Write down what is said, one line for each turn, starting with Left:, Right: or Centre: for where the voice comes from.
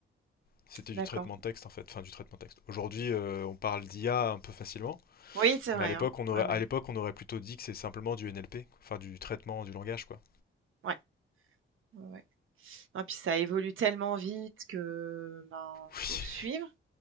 Left: C'était du
Right: d'accord.
Left: traitement de texte en fait, enfin du traitement de texte. Aujourd'hui euh, on parle d'IA un peu facilement,
Right: Oui, c'est
Left: mais
Right: vrai,
Left: à l'époque
Right: hein.
Left: on aurait,
Right: Ouais, ouais.
Left: à l'époque on aurait plutôt dit que c'est simplement du NLP, quoi. enfin du traitement du langage quoi.
Right: Ouais, ouais, ouais. Non, puis ça évolue tellement vite que, ben,
Left: Oui.
Right: faut suivre